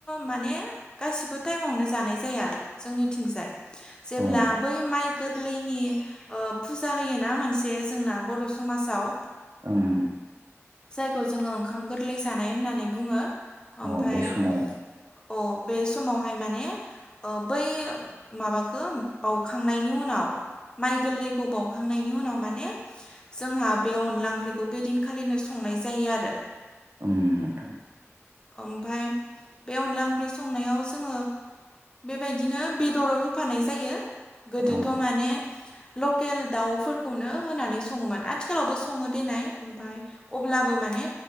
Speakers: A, on the left (about 15°); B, on the right (about 65°).
A: माने गासिबोथ' टाइमावनो जानाय जाया जोंनिथिंजाय जेब्ला
B: औ
A: बै माइ गोरलैनि फुजा होयोना मोनसे जोंना बर' समाजाव
B: ओं
A: जायखौ जोङो ओंखाम गोरलै जानाय होननानै बुङो
B: अ
A: ओमफ्राय
B: बे समाव
A: समावहाय माने बै माबाखौ बाउखांनायनि उनाव माइ गोरलैखौ बाउखांनायनि उनाव माने जोंहा बे अनला ओंख्रिखौ बे दिनखालिनो संनाय नाय जायो आरो
B: उमथां
A: ओमफाय बे अनला ओंख्रि संनायाव जोङो बेबायदिनो बेदर होफानाय जायो। गोदोथ'
B: ओम
A: माने लकेल दावफोरखौनो होनानै सङोमोन आथिखालावबो स सङो देनाय ओमफ्राय अब्लाबो माने